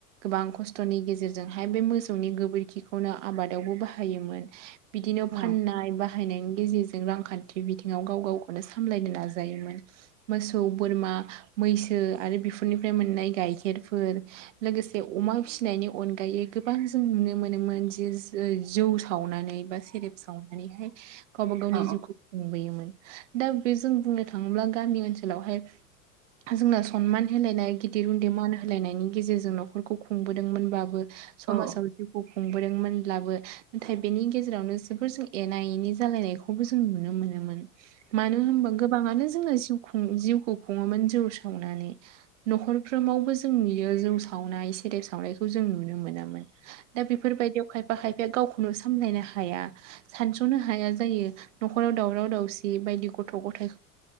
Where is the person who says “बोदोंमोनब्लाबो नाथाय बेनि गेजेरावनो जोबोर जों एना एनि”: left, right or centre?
Right